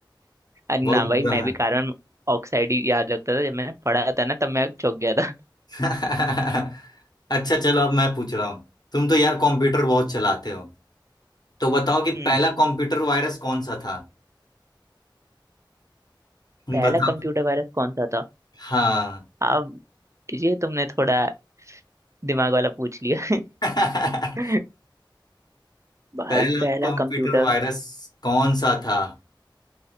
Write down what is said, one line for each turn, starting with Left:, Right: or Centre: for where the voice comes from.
Right: अरे
Left: बहुत
Right: ना भाई
Left: बुरा
Right: मैं
Left: हाल
Right: भी कार्बन ऑक्साइड ही याद रखता था जब मैंने पढ़ा था ना तब मैं चौंक गया था
Left: <laughs> अच्छा चलो अब मैं पूछ रहा हूँ तुम तो यार कंप्यूटर बहुत चलाते हो तो बताओ कि
Right: हम्म
Left: पहला कंप्यूटर वायरस कौन सा था
Right: पहला
Left: बताओ
Right: कंप्यूटर वायरस कौन सा था
Left: हाँ
Right: अब ये तुमने थोड़ा दिमाग वाला पूछ लिया
Left: <laughs>
Right: <laughs> भाई
Left: पहला
Right: पहला
Left: कंप्यूटर
Right: कंप्यूटर
Left: वायरस कौन सा था